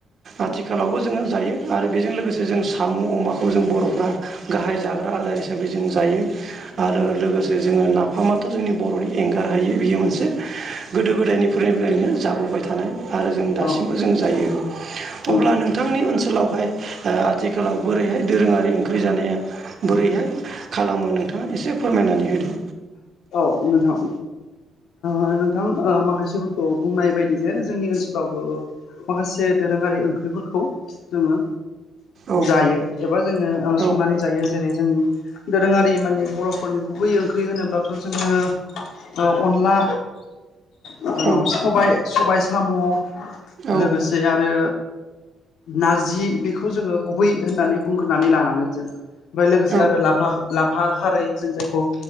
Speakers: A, on the right (about 55°); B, on the left (about 80°).
A: आथिखालावबो जोङो जायो आरो बेजों लोगोसे जों साम'अमाखौ जों बर'फ्रा गाहाय जाग्रा आदार हिसाबै जों जायो आरो लोगोसे जोङो नाफामाथ' जोंनि बर'नि एंगार हायै बियो मोनसे गोदो गोदायनिफ्रायनो जाबोबाय थानाय आरो जों दासिमबो
B: औ
A: जों जायो
B: नंगौ
A: अब्ला नोंथांनि ओनसोलावहाय ओ आथिखालाव बोरैहाय दोरोंआरि ओंख्रि जानाया बोरैहाय खालामो नोंथांआ एसे फोरमायनानै होदो
B: आं नोंथां ओ नोंथां ओ माखासेफोरखौ बुंनाय बादिनो जोंनि ओनसोलावबो माखासे दोरोंआरि ओंख्रिफोरखौ जोङो
A: औ
B: जायो एबा जोङो आ
A: औ
B: संनानै जायो जेरै जों दोरोआरि माने बर'फोरनि गुबै ओंख्रि होनोब्लाथ' जोङो ओ अनला ओ जोंनाव
A: औ
B: स'बाय स'बाय साम'
A: औ
B: लोगोसे आरो नारजि बेखौ जोङो गुबै होननानै बुंग्रोनानै लानांगोन जों आमफ्राय लोगोसे
A: औ
B: आरो ला लाफा खारै जों जायखौ